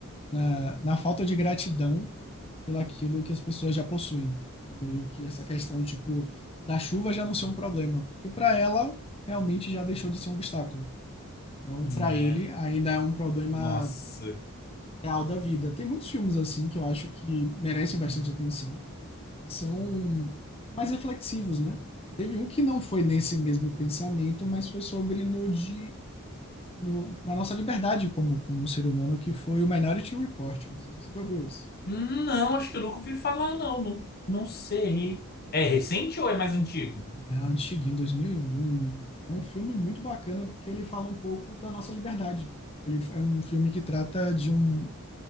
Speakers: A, on the left; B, on the left.
A: Na, na falta de gratidão pelaquilo que as pessoas já possuem. Então, meio que essa questão, tipo, da chuva já não ser um problema, porque para ela realmente já deixou de ser um obstáculo. Então,
B: Uhum.
A: para
B: É,
A: ele ainda é um problema
B: nossa.
A: real da vida. Tem muitos filmes assim que eu acho que merecem bastante atenção, que são mais reflexivos, né? Teve um que não foi nesse mesmo pensamento, mas foi sobre no de no- na nossa liberdade como como ser humano, que foi o Minority Report. Não sei se você já ouviu isso.
B: Hum, Não, acho que eu nunca ouvi falar, não. Não, não sei. É recente ou é mais antigo?
A: É antiguinho, 2001. É um filme muito bacana porque ele fala um pouco da nossa liberdade. Ele é um filme que trata de um